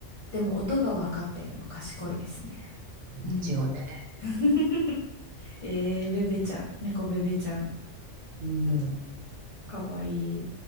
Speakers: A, on the left; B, on the right.
A: でも音が分かってるの賢いですね。
B: 一応ね。
A: うん。<laughs> えー、ベベちゃん、猫ベベちゃん、
B: うん
A: かわいい。